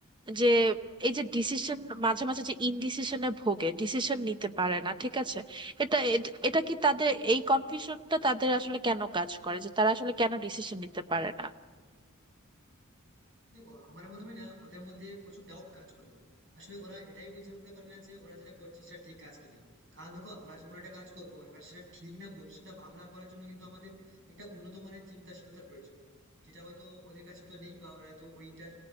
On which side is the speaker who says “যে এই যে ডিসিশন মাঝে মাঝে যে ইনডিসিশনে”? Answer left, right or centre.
Right